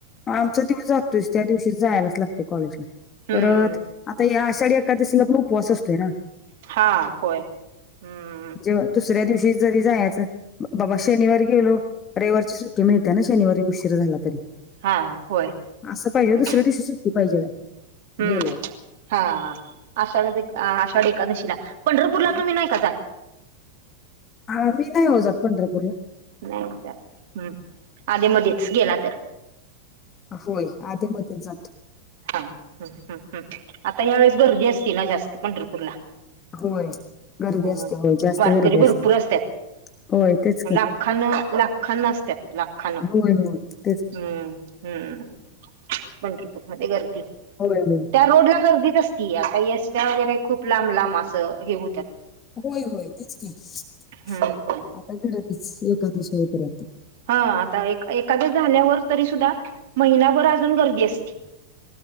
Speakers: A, on the left; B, on the right.
A: आमच तेव जातोयस त्या दिवशी जायलाच लागते कॉलेजला
B: हम्म
A: परत आता या आषाढी का त्याशी लग्न उपवास असतोय ना <unintelligible>
B: हा होय हम्म <unintelligible>
A: जे दुसऱ्या दिवशी जरी जायचं बाबा शनिवार गेलो रविवारची सुट्टी मिळते्या ना शनिवारी उशीर झाला तरी
B: हा होय
A: <unintelligible> असं पाहिजे
B: हम्म
A: दुसऱ्या दिवशी सुट्टी पाहिजे
B: हम्म
A: गेल्यावर
B: हा आषाढ आषाढी एकादशीला पंढरपूरला तुम्ही
A: आ-
B: नाही का जात
A: अ मी नाही येजात पण बूर <unintelligible>
B: नाही हम्म आधी मध्येच गेला तर
A: होय आधे मध्ये जातो <unintelligible>
B: हा ह हम् हम् आता या्यावेेळेस गर्दी असती ना जास्त पंढरपूरला
A: होय गर्दी
B: ह
A: असते होय जास्त
B: वारकरी
A: गर्दी असते
B: भरपूर असतात
A: होय ते <unintelligible>
B: लाखान लाखानना असत्या लाखानं <unintelligible>
A: होय हो <unintelligible>
B: हम्म हम्म बंरपूर म गर्दी
A: होय होय
B: त्या रोड ला गर्दीच <unintelligible> ती आता एसट वगैरे खूप लांब लांब असं हे होत
A: होय होय तच क
B: हम्म.
A: आता घरं तेच एखाद सोपऱ्या
B: हा आता एखादं झाल्यावर तरी सुद्धा महिनाभर अजून गर्दी असते